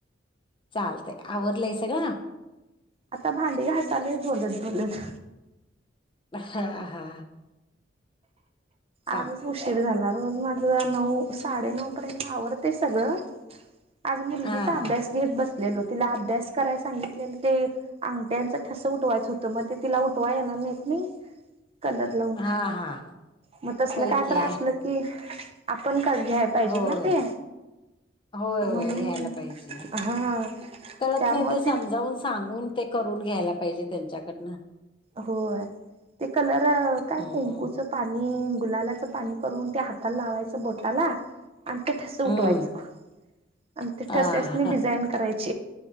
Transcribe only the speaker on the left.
चालतंय आवरलंय सगळं
हा हा हा हा. चाल
हा
हा
हा हा
होय
की
होय
होय होय
घ्यायला पाहिजे.
कळत
नाही ते
समजावून, सांगून ते करून घ्यायला पाहिजे त्यांच्याकडनं.
हम्म
हम्म
हा हा